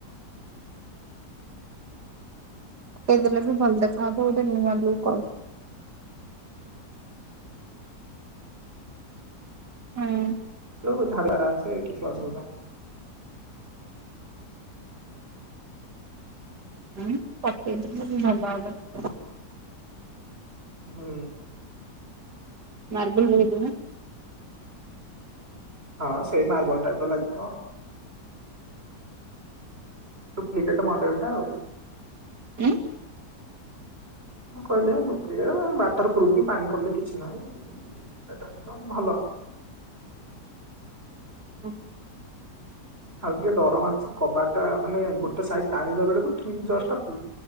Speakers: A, on the right; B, on the right.
A: କେ ଦେଲେ ବି ଭଲ ଦେଖାହବ ଗୋଟେ ନୁଆ ଲୁକ ଆଉ। ହଁ
B: <unintelligible> କିଛିସୁବିଧା ନାହିଁ।
A: ହୁଁ ପକେଇଚ ତ ଭଲ ହବ <unintelligible>
B: ହଁ।
A: ମାର୍ବଲ୍ ହେଇଚି ନା।
B: ହଁ ସେଇ ମାର୍ବଲ୍ ଟାଇପ୍ ର ଲାଗିବ। ଡୁପ୍ଲିକେଟ୍ ମଡେଲ୍ ଟା ଆଉ।
A: ଉଁ,
B: ମୁଁ କହିଲି ଏ ଡୁପ୍ଲିକେଟ୍ ୱାଟର୍ ପ୍ରୁପ୍ ବି ପାଣି ପଡିଲେ କିଛି ନାହିଁ। ଏଟା ଏକଦମ ଭଲ।
A: ହଁ।
B: ଆ ଟିକେ ଡର ମାରଛି, କବା ଟା ଆ, ନଲେ ଗୋଟେ ସାଇଡ୍ ଟାଣିିଲା ବେଳକୁ ଠିକ ଜଷ୍ଟ ଟା